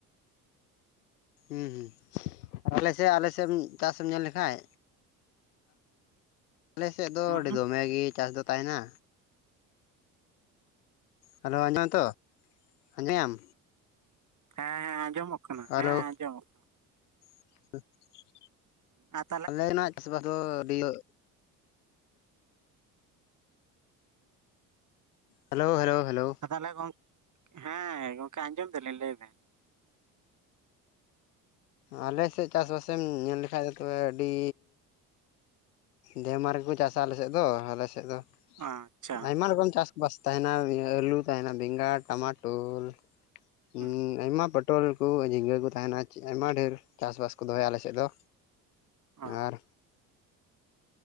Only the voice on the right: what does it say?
ᱦᱩᱸ
ᱦᱮᱸ ᱦᱮᱸ ᱟᱸᱡᱚᱢᱚᱜ ᱠᱟᱱᱟ
ᱦᱮᱸ ᱟᱸᱡᱚᱢᱚᱜ ᱠᱟᱱᱟ
ᱟᱛ <unintelligible>
ᱛᱟᱦᱚᱞᱮ, <unintelligible> ᱦᱮᱸ ᱜᱚᱝᱠᱮ ᱟᱸᱡᱚᱢ ᱫᱟᱞᱤᱧ ᱞᱟᱹᱭ ᱵᱮᱱ
ᱚ ᱟᱪᱪᱷᱟ
ᱦᱩᱸ
ᱚ